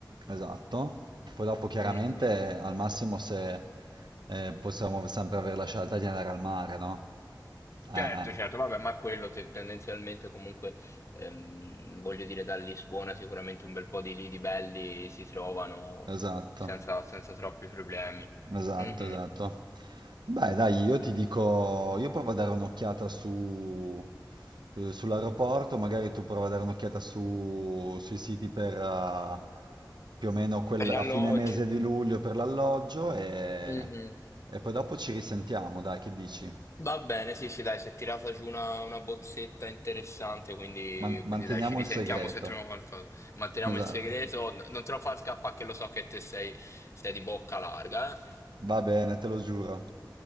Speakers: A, on the right; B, on the left.
A: Esatto. Poi dopo chiaramente
B: Mhm.
A: al massimo se eh, possiamo sempre avere la scelta di andare al mare, no? Eh,
B: Certo,
A: eh.
B: certo, vabbè, ma quello te- tendenzialmente comunque, ehm, voglio dire, da Lisbona sicuramente un bel po' di lidi belli si trovano
A: Esatto.
B: senza, senza troppi problemi.
A: Esatto,
B: Mhm.
A: esatto. Beh, dai, io ti dico, io provo a dare un'occhiata su, eh, sull'aeroporto, magari tu prova a dare un'occhiata su, sui siti per eh, più o meno quel,
B: Per gli
A: a
B: alloggi.
A: fine mese di luglio per l'alloggio e,
B: Mhm.
A: e poi dopo ci risentiamo, dai, che dici?
B: Va bene, sì, sì, dai, si è tirata giù una, una bozzetta interessante, quindi,
A: Man- manteniamo
B: quindi dai, ci risentiamo
A: il segreto.
B: se troviamo qualcosa. Manteniamo
A: <laughs> Esatto.
B: il segreto, n- non te lo far scappare che lo so che te sei, sei di bocca larga, eh.
A: Va bene, te lo giuro.